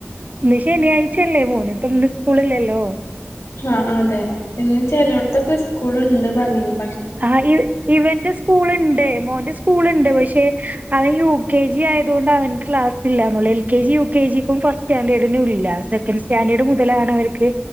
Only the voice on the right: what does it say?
ന്ന് ശനിയാഴ്ച്ചല്ലേ മോന് പ്പം ന്ന് സ്കൂളിലല്ലോ?.
ആഹ് ഇവ് ഇവന്റെ സ്ക്കൂള്ണ്ട്. മോന്റെ സ്കൂള്ണ്ട്. പക്ഷെ അവൻ യു കെ ജി ആയത്കൊണ്ട് അവന്ക്ക് ക്ലാസില്ലാന്നൊള്ള്. L K G, U K ജിക്കും ഫസ്റ്റ് സ്റ്റാൻഡേർഡിനും ഇല്ല. സെക്കൻ്റ് സ്റ്റാഡേർഡ് മുതലാണ് അവര്ക്ക്